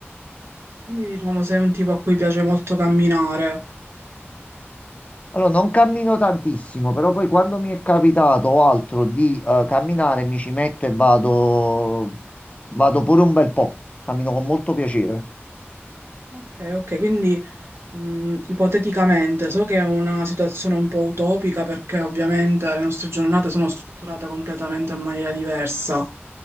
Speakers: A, on the right; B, on the left.
A: Quindi diciamo sei un tipo a cui piace molto camminare.
B: Allora, non cammino tantissimo, però poi quando mi è capitato o altro di eh, camminare mi ci metto e vado, vado pure un bel po'. Cammino con molto piacere.
A: Ok, ok, quindi Mm, ipoteticamente, so che è una situazione un po' utopica perché ovviamente le nostre giornate sono strutturate completamente in maniera diversa,